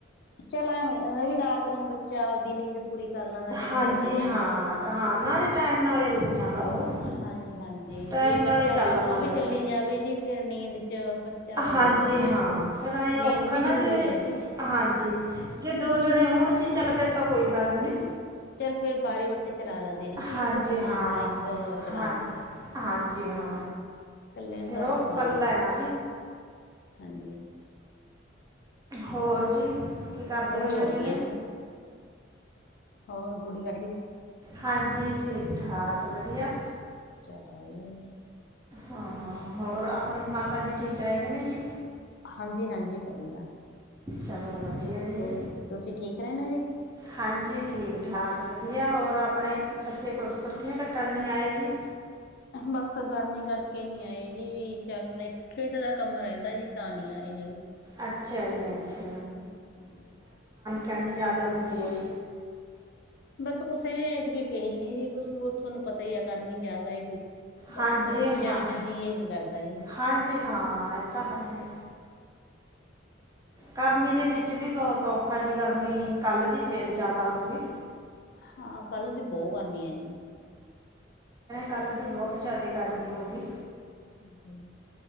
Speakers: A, on the left; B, on the right.
A: ਚਲਾ ਹੀ ਹੋ ਵੀ ਰਾਤ ਨੂੰ ਬੱਚਾ ਆਪਦੀ ਨੀ ਪੂਰੀ ਕਰਲਾਾਂ ਦਾ ਦਿਨ
B: ਹਾਂਜੀ
A: ਚੱਲੀ ਜਾਂਦਾ
B: ਹਾਂ ਹਾਂ ਟਾਈਮ ਨਾਲੇ ਰੁਕ ਜਾਂਦਾ ਉਹ
A: ਹਾਂਜੀ ਹਾਂਜੀ
B: ਟਾਈਮ
A: ਜੇ
B: ਨਾਲੇ
A: ਬੱਚਾ ਰਾਤ
B: ਚੱਲ
A: ਨੂੰ
B: ਪੈਂਦਾ
A: ਵੀ ਚੱਲੀ ਜਾਵੇ ਜੀ ਫੇਿਰ ਨੀਂਦ ਚ ਬੱਚਾ ਉਹ
B: ਹਾਂਜੀ
A: ਹੋ ਜਾਂਦਾ
B: ਹਾਂ ਫਿਰ ਐਂ
A: ਨੀਂਦ
B: ਔਖਾ
A: ਵੀ
B: ਨਾ
A: ਜ਼ਰੂਰੀ
B: ਜੇ
A: ਆ ਜੀ
B: ਹਾਂਜੀ ਜੇ ਦੋ ਜਣੇ ਹੋਣ ਜੀ ਚੱਲ ਫੇਰ ਤਾਂ ਕੋਈ ਗੱਲ ਨੀ
A: ਚੱਲ ਫੇਿਰ ਬਾਰੀ ਵੱਟੇ ਚਲਾ ਲਾ ਦੇ ਰਹੀ ਜੀ
B: ਹਾਂਜੀ
A: ਇੱਕ ਸੌ
B: ਹਾਂ
A: ਜਾਂਦਾ ਇੱਕ ਚਲਾ
B: ਹਾਂ
A: ਲਾਉਂਦਾ
B: ਹਾਂਜੀ ਜੀ ਹ
A: ਕੱਲੇ ਨੂੰ
B: ਫਿਰ
A: ਤਾਂੋਖਾ
B: ਉਹ
A: ਹੋ
B: ਇਕੱਲਾ
A: ਜਾਂਦਾ ਜੀ
B: ਹੈ ਨਾ
A: ਹਾਂਜੀ
B: ਹੋਰ ਜੀ ਕੀ ਕਰਦੇ
A: ਹੋਰ
B: ਨੇ ਉਹਦੇਨ
A: ਵਧੀਆ ਜੀ ਹੋਰ ਗੁੜੀਆਂ
B: ਹਾਂਜੀ ਠੀਕ ਠਾਕ ਵੀ ਵਧੀਆ
A: ਚਲਾ ਦੀਆਂ ਨਹੀਂ ਆ
B: ਹਾਂ ਹੋਰ ਆਪਣੀ ਮਾਤਾ ਜੀ ਠੀਕ ਰਹਿੰਦੇ ਨੇ ਜੀ
A: ਹਾਂਜੀ ਹਾਂਜੀ ਵਧੀਆ
B: ਚਲੋ ਵਧੀਆ ਜੀ
A: ਹੋਰ ਤੁਸੀਂ ਠੀਕ ਰਹਿੰਦੇ ਜੀ
B: ਹਾਂਜੀ ਠੀਕ ਠਾਕ ਵਧੀਆ ਹੋਰ ਆਪਣੇ ਬੱਚੇ ਕੋ ੱਟੀਆਂ ਕੱਟਣ ਨੀ ਆਏ ਜੀ
A: ਬਸ ਗਰਮੀ ਕਰਕੇ ਕੇ ਨਹੀਂ ਆਏ ਜੀ ਵੀ ਚੱਲ ਨਾਲ ਇੱਕ ਖੇਤ ਦਾ ਕੰਮ ਰਹਿੰਦਾ ਜੀ ਤਾਂ ਨਹੀਂ ਆਏ ਹੈ।
B: ਅੱਛਾ ਜੀ ਅੱਛਾ
A: ਹਾਂਜੀ।
B: ਕਨੀ ਜ਼ਿਆਦਾ ਉਦੀ ਹੈ।
A: ਬਸ ਕੁਸੇ ਨੇ ਐਤਕੀ ਕਹੀ ਨੀ ਜੀ ਥੋਹਾਨੂੰ ਪਤਾ ਤਾਂ ਹੀ ਆ ਗਰਮੀ ਜਿਆਦਾ ਹੈਗੀ। ਬਸ
B: ਹਾਂਜੀ
A: ਕਿਧਰੇ ਜਾਣ
B: ਹਾਂ
A: ਜੀਅ ਨੀ ਕਰਦਾ ਜੀ
B: ਹਾਂਜੀ ਹਾਂ ਇਹ ਤਾਂ ਹੈ ਗਰਮੀ ਦੇ ਵਿੱਚ ਵੀ ਬਹੁਤ ਔਖਾ ਜੀ ਗਰਮੀ ਕੱਲ ਦੀ ਫੇਰ ਜਿਆਦਾ ਹੋਊਗੀ।
A: ਹਾਂ ਕੱਲ੍ਹ ਦੀ ਬਹੁਤ ਕਰਨੀ ਆ ਜੀ।
B: ਕੱਲ ਦੀ ਬਹੁਤ ਜਿਆਦਾ ਗਰਮੀ ਹੋ ਗਈ।
A: ਹਾਂਜੀ।